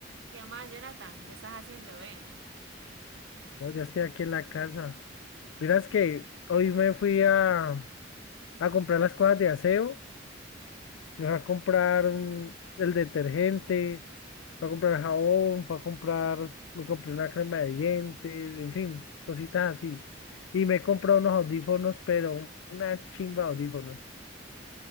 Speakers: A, on the right; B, on the left.
A: ¿Qué más, Jonathan? ¿Qué estás haciendo, eh?
B: No, ya estoy aquí en la casa. Miras que hoy me fui a, a comprar las cosas de aseo. Me fui a comprar mm, el detergente, fui a comprar jabón, fui a comprar, me compré una crema de dientes, en fin, cositas así. Y me he comprado unos audífonos, pero una chimba de audífonos.